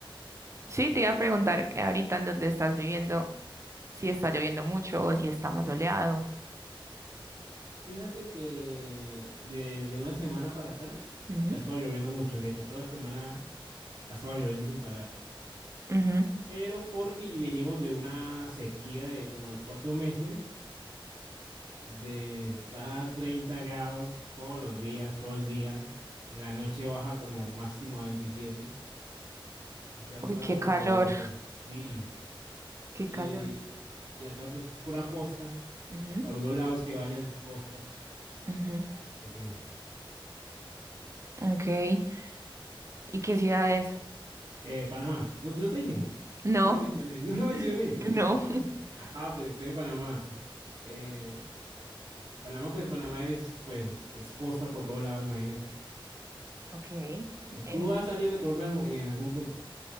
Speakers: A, on the right; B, on the right.
A: Sí, te iba a preguntar eh, ahorita en dónde estás viviendo, si está lloviendo mucho o si está más soleado.
B: Fíjate que de, de una semana para acá
A: Ujú,
B: ha estado lloviendo mucho. De hecho, toda la semana ha estado lloviendo sin parar.
A: ujú.
B: Pero porque venimos de una sequía de como de cuatro meses, de estar a 30 grados todos los días, todo el día. En la noche baja como máximo a 27. o sea, un
A: Uy,
B: calor
A: qué calor,
B: horroroso. Y,
A: qué
B: y,
A: calor.
B: y acá pues pura costa,
A: Ujú,
B: a los dos lados que vayas es costa,
A: ujú.
B: así que sí.
A: Ok. ¿Y qué ciudades?
B: Eh, Panamá, no, no te dije,
A: No,
B: no lo mencioné, <laughs> no lo mencioné.
A: <laughs>
B: <laughs>
A: no.
B: Ah, pues estoy en Panamá. Eh, Panamá, pues Panamá es, pues, es costa por todo lado, imagínate.
A: Ok, en-
B: ¿Tú has salido de Colombia en, en algún punto?